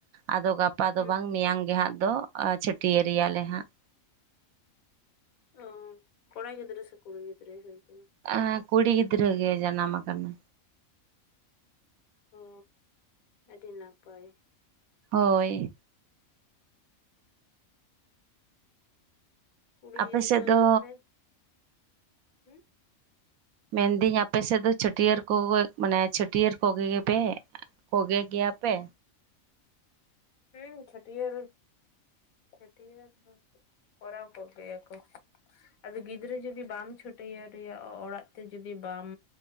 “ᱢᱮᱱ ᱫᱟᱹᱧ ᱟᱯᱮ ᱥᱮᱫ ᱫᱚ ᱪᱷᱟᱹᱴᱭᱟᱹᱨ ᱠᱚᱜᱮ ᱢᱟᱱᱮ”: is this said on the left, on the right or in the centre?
Right